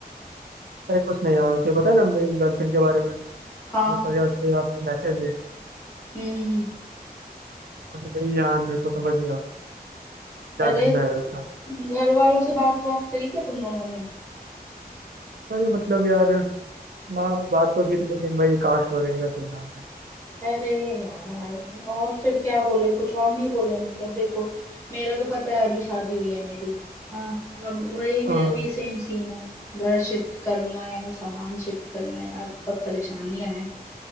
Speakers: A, on the right (about 85°); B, on the left (about 20°).
A: अरे कुछ नहीं यार तुझे पता है ना मेरी गर्लफ्रेंड के बारे में
B: हाँ
A: मतलब यार उससे आपके मैचेस देख
B: हम्म हम्म, हम्म।
A: मतलब भाई यार मेरे को समझ नहीं आ रहा क्या
B: अरे
A: करना है वैसा
B: घर वालों से बात बात करी क्या तुम लोगों ने
A: अरे मतलब यार माँ बात तो की थी लेकिन भाई कास्ट वगैरह का सीन आ गया
B: अरे यार और फिर क्या बोले कुछ और नहीं बोले मतलब देखो मेरा तो पता है अभी शादी हुई है मेरी हाँ अब वही मेरा
A: हाँ
B: भी सेम सीन है घर शिफ्ट करना है सामान शिफ्ट करना है यार बहुत परेशानियां हैं